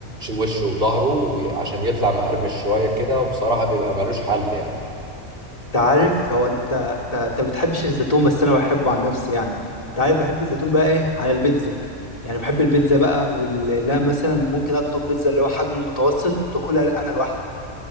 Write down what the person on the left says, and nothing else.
انت عارف هو انت انت انت بتحبش الزيتون بس انا بحبه عن نفسي يعني انت عارف بحب الزيتون بقى ايه على البيتزا يعني بحب البيتزا بقى ولا مثلا ممكن اطلب بيتزا اللي هو حجم المتوسط واكلها انا لوحدي